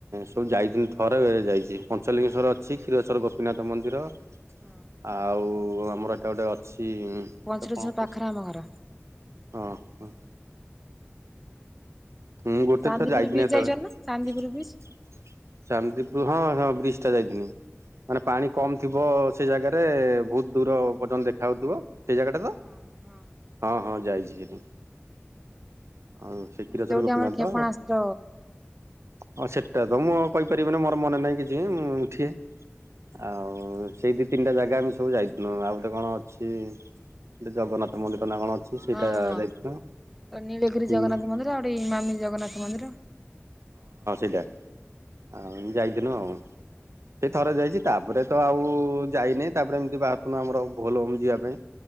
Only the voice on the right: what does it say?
ସବୁ ଯାଇଚନ୍ତି ଥରେ ଯାଇଚି ପଞ୍ଚଲିଙ୍ଗେଶ୍ଵର ଅଛି କ୍ଷୀରଚୋରା ଗୋପୀନାଥ ମନ୍ଦିର।
ଆଉ ଆମର ଏଟା ଗୋଟେ ଅଛି ତାକୁ
କଣ କହୁ
ହଁ ହଁ। ମୁଁ ଗୋଟେ
ଥର ଯାଇଥିଲିନି
ସେତେବେଳେ
ଚାନ୍ଦି ହଁ ହଁ ବ୍ରିଜ ଟା ଯାଇଥିଲି। ମାନେ ପାଣି କମ ଥିବ ସେ ଜାଗାରେ ବହୁତ ଦୂର ପର୍ଯ୍ୟନ୍ତ ଦେଖାଯାଉଥିବ ସେଇ ଜାଗାଟା ତ?
ହଁ ହଁ ଯାଇଚି ସେଠି। ଅ
କ୍ଷୀରଚୋରା
ଗୋପିନାଥ।
ହଁ ସେଟା ତ ମୁଁ ଆଉ କହିପାରିବିିନି, ମୋର ମନେ ନାହିଁ କିଛି ମୁଁ ଉଠେ ଆଉ ସେଇ ଦି ତିନିଟା ଜାଗା ଆମେ ସବୁ ଯାଇଥିଲୁ ଆଉ ଗୋଟେ କଣ ଅଛି ଗୋଟେ ଜଗନ୍ନାଥ ମନ୍ଦିର ନା କଣ ଅଛି। ସେଇଟା
ଯାଇଥିଲୁ।
ହୁଁ
ଏଟା ଆଉ ଯାଇଥିଲି ଆଉ। ସେଇ ଥରେ ଯାଇଚି ତାପରେ ତ ଆଉ ଯାଇନହିଁ ତାପରେ ଏମିତି ବାହାରିଥିଲୁ ଆମର ଭୋଲବମ ଯିବା ପାଇଁ।